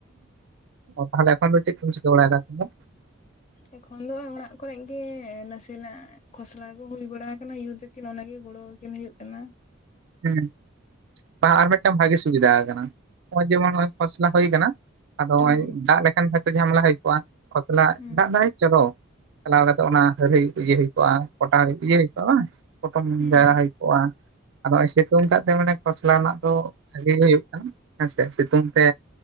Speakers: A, on the right; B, on the left.
A: ᱦᱩ ᱛᱟᱦᱚᱞᱮ ᱮᱠᱷᱚᱱ ᱫᱚ ᱪᱮᱫ ᱠᱚᱢ ᱪᱤᱠᱟᱹ ᱵᱟᱲᱟᱭᱮᱫᱟ ᱮᱠᱷᱚᱱ ᱫᱚ?
B: ᱮᱠᱷᱚᱱ ᱫᱚ ᱚᱲᱟᱜ ᱠᱚᱨᱮᱜ ᱜᱮ ᱱᱟᱥᱮᱱᱟᱜ᱾ ᱠᱷᱚᱥᱞᱟ ᱠᱚ ᱦᱩᱭ ᱵᱟᱲᱟ ᱟᱠᱟᱱᱟ ᱭᱩ ᱛᱟᱠᱤᱱ ᱚᱱᱟᱜᱮ ᱜᱚᱲᱚ ᱟᱹᱠᱤᱱ ᱦᱩᱭᱩᱜ ᱠᱟᱱᱟ᱾
A: ᱦᱩᱸ ᱟᱨ ᱢᱤᱫᱴᱟᱝ ᱵᱷᱟᱜᱤ ᱥᱩᱵᱤᱫᱟ ᱠᱟᱱᱟ ᱱᱚᱜ-ᱚᱭ ᱡᱮᱢᱚᱱ ᱠᱷᱚᱥᱞᱟ ᱦᱩᱭ ᱠᱟᱱᱟ᱾ ᱟᱫᱚ
B: ᱦᱩᱸ
A: ᱦᱚᱜᱼᱚᱭ ᱫᱟᱜ ᱞᱮᱠᱷᱟᱱ ᱡᱷᱚᱛᱚ ᱡᱷᱟᱢᱮᱞᱟ ᱦᱩᱭ ᱠᱚᱜᱼᱟ, ᱠᱷᱚᱥᱞᱟ
B: ᱦᱩᱸ
A: ᱫᱟᱜ ᱫᱟᱭ ᱪᱚᱞᱚ ᱪᱟᱞᱟᱣ ᱠᱟᱛᱮ ᱚᱱᱟ ᱦᱟᱹᱨ ᱦᱳᱭ ᱤᱭᱟᱹ ᱦᱩᱭ ᱠᱚᱜᱼᱟ ᱠᱚᱴᱟ ᱦᱩᱭᱩᱜ ᱤᱭᱟᱹ ᱦᱩᱭ ᱠᱚᱜᱼᱟ ᱵᱟᱝ? ᱯᱚᱴᱚᱢ ᱢᱩᱱᱜᱟᱹ
B: ᱦᱩᱸ
A: ᱟᱲᱟ ᱦᱩᱭ ᱠᱚᱜ-ᱟ᱾ ᱟᱫᱚ ᱦᱚᱜ-ᱚᱭ ᱥᱤᱛᱩᱝ ᱠᱟᱜ ᱛᱮ ᱢᱟᱱᱮ ᱠᱷᱚᱥᱞᱟ ᱨᱮᱱᱟᱜ ᱫᱚ ᱵᱷᱟᱜᱤ ᱜᱮ ᱦᱩᱭᱩᱜ ᱠᱟᱱᱟ ᱦᱮᱸᱥᱮ, ᱥᱤᱛᱩᱝ ᱛᱮ